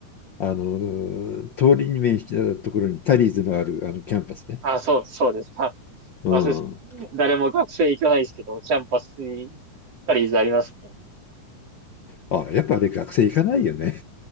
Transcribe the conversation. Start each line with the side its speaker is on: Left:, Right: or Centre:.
Left: あの、通りに面したところにタリーズのあるあのキャンパスね。
Right: あ、そう、そうです。あ、
Left: うん。
Right: そうです。誰も学生行かないですけど、キャンパスに、パリーズありますね。
Left: あ、やっぱあれ学生行かないよね。